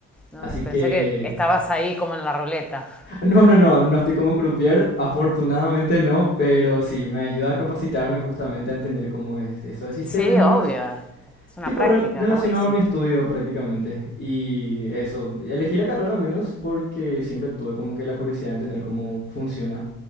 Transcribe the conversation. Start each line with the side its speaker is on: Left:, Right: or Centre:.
Centre: No,
Left: Así que...
Centre: pensé que estabas ahí como en la ruleta.
Left: No, no, no, no estoy como croupier, afortunadamente no, pero sí, me ayuda a capacitarme justamente a entender cómo es eso de sistemas,
Centre: Sí, obvio. Es una
Left: tipo
Centre: práctica,
Left: rel- relacionado
Centre: está buenísimo.
Left: a mi estudio prácticamente. Y eso, elegí la carrera al menos porque siempre tuve como que la curiosidad de entender cómo funciona.